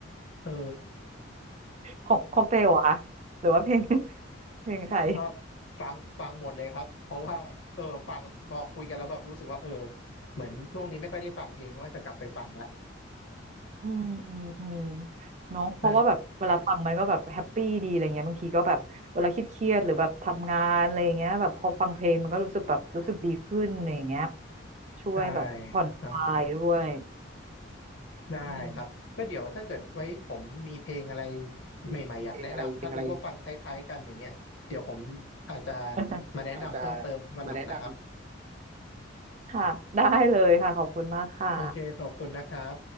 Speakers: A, on the left; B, on the right.
A: เออ
B: ของของเตลเหรอคะหรือว่าเพลง <laughs> เพลงใคร
A: เพราะฟังฟังหมดเลยครับเพราะว่าเออฟังพอคุยกันแล้วแบบรู้สึกว่าเออเหมือนช่วงนี้ไม่ค่อยได้ฟังเพลงก็จจะกลับไปฟังละ
B: อืมอืม
A: <laughs>
B: เนาะเพราะว่าแบบเวลาฟังมันก็แบบแฮปปี้ดีอะไรเงี้ยบางทีก็แบบเวลาคิดเครียดๆหรือแบบทำงานอะไรอย่างเงี้ยแบบพอฟังเพลงมันก็รู้สึกแบบรู้สึกดีขึ้นอะไรอย่างเงี้ย
A: นะ
B: ช่วยแบบผ่อนคลายด้วย
A: ใช่นะได้ครับก็เดี๋ยวถ้าเกิดไว้ผมมีเพลงอะไร
B: อืม
A: ใหม่ๆอยากแนะนำถ้ารู้ว่าฟังคล้ายๆกันอย่างเงี้ยเดี๋ยวผม
B: เพลงอะไรเพลงอะไร
A: อาจจะ
B: <laughs>
A: มาแนะนำเพิ่มเติมวันหลังนะครับ
B: อาจจะมาแนะนำค่ะได้เลยค่ะขอบคุณมากค่ะ
A: โอเค ขอบคุณนะครับ